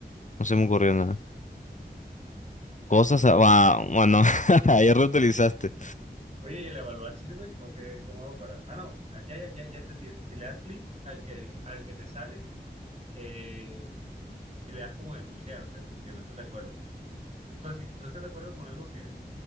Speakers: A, on the left; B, on the right.
A: No se me ocurrió nada.
B: Y zapato.
A: Cosas, a- ah, va- bueno, <laughs> ayer reutilizaste.
B: Oye, ¿y ¿el evaluar sirve? ¿O qué? ¿Cómo hago para...? Ah, no. ah, Ya, ya, ya, ya entendí. O sea, si le das clic al que, al que te sale, eh, y le das como denunciar. O sea, como que no estás de acuerdo. O sea, si no estás de acuerdo con algo que,